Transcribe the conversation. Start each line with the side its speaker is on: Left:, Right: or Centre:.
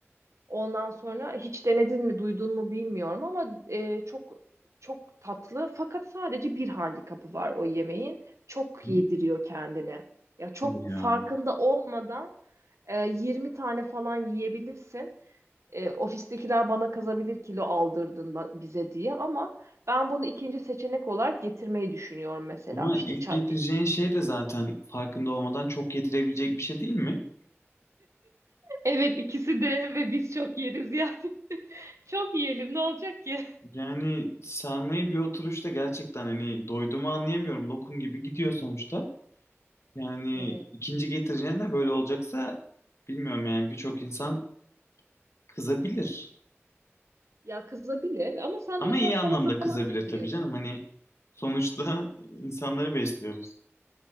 Right: Ondan sonra hiç denedin mi, duydun mu bilmiyorum ama e, çok çok tatlı fakat sadece bir handikapı var o yemeğin. Çok
Left: Hı.
Right: yediriyor kendini. Ya çok
Left: Hadi ya.
Right: farkında olmadan e, 20 tane falan yiyebilirsin. E, ofistekiler bana kazabilir kilo aldırdın ba- bize diye ama ben bunu ikinci seçenek olarak getirmeyi düşünüyorum mesela
Left: Ama
Right: işte
Left: ilk
Right: çay.
Left: getireceğin şey de zaten farkında olmadan çok getirebilecek bir şey değil mi?
Right: Evet ikisi de ve biz çok yeriz yani. <laughs> Çok yiyelim ne olacak ki?
Left: Yani sarmayı bir oturuşta gerçekten hani doyduğumu anlayamıyorum. Lokum gibi gidiyor sonuçta. Yani
Right: Evet.
Left: ikinci getireceğin de böyle olacaksa bilmiyorum yani birçok insan kızabilir.
Right: Ya kızabilir ama sen
Left: Ama
Right: de mesela
Left: iyi
Right: salata
Left: anlamda kızabilir
Right: falan getiriyorsun.
Left: tabii canım. Hani sonuçta <laughs> insanları besliyoruz.